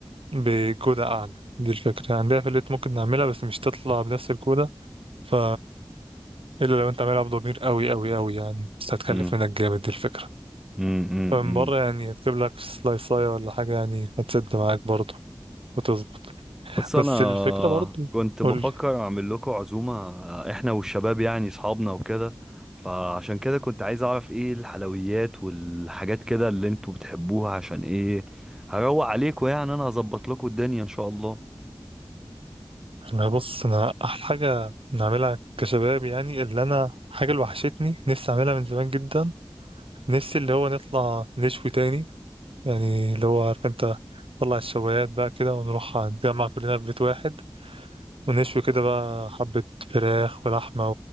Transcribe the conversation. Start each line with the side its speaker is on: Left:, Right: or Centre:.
Right: بجودة اعلى دي الفكرة عندنا في البيت ممكن نعملها بس مش تطلع بنفس الجودة ف الا لو انت عاملها بضمير قوي قوي قوي يعني بس هتكلف
Centre: امم
Right: منك جامد دي الفكرة
Centre: امم
Right: فمن بره يعني هتجيب لك سلايصاية ولا حاجة يعني هتسد معاك برضو وتظبط
Centre: بس انا
Right: بس الفكرة برضو
Centre: كنت بفكر
Right: قولي
Centre: اعمل لكم عزومه احنا والشباب يعني اصحابنا وكده فعشان كده كنت عايز اعرف ايه الحلويات والحاجات كده اللي انتوا بتحبوها عشان ايه هروق عليكم يعني انا هظبط لكم الدنيا ان شاء الله
Right: انا بص انا احلى حاجه نعملها كشباب يعني اللي انا حاجه اللي وحشتني نفسي اعملها من زمان جدا نفسي اللي هو نطلع نشوي تاني يعني اللي هو عارف انت نطلع الشوايات بقى كده ونروح نتجمع كلنا في بيت واحد ونشوي كده بقى حبه فراخ ولحمه